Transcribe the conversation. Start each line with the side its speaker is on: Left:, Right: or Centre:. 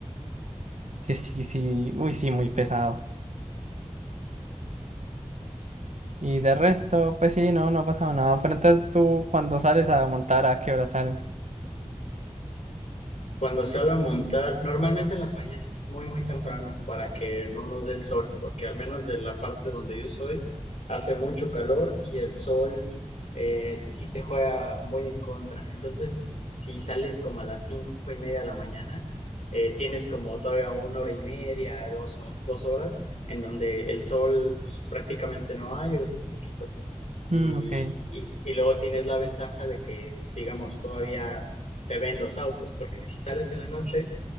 Right: Sí, sí, sí, uy, sí, muy pesado. Y de resto, pues sí, no, no ha pasado nada. Pero entonces tú cuando sales a montar, ¿a qué hora salen?
Left: Cuando salgo a montar, normalmente en las mañanas, muy, muy temprano, para que no nos dé el sol, porque al menos de la parte donde yo soy, hace mucho calor y el sol eh, sí te juega muy en contra. Entonces, si sales como a las cinco y media de la mañana, eh, tienes como todavía una hora y media, dos, ho- dos horas, en donde el sol pues, prácticamente no hay o es muy poquito. Y,
Right: Mm, ok.
Left: y, y luego tienes la ventaja de que, digamos, todavía te ven los autos, porque si sales en la noche,